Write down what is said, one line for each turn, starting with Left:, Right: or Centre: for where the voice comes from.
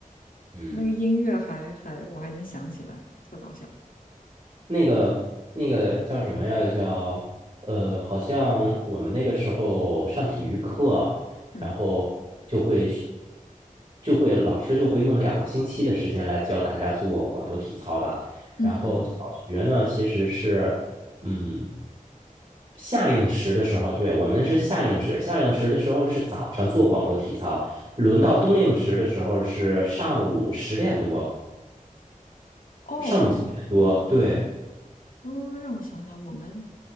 Right: 嗯。
Left: 那个音乐还还我还能想起来，特搞笑。
Right: 那个那个叫什么呀？叫呃，好像我们那个时候上体育课，
Left: 嗯
Right: 然后就会是就会老师就会用两个星期的时间来教大家做广播体操吧。
Left: 嗯嗯，
Right: 然后小学呢，其实是嗯夏令时的时候，对，我们是夏令时，夏令时的时候是早上做广播体操，轮到冬令时的时候是上午十点多，
Left: 哦，
Right: 上午九点多，
Left: 我
Right: 对。
Left: 嗯，让我想想，我们